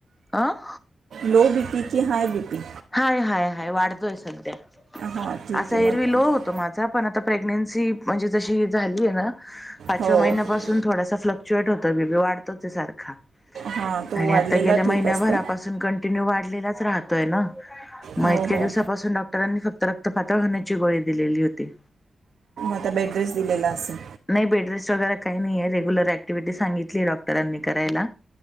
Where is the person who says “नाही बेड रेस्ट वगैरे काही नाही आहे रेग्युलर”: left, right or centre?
Left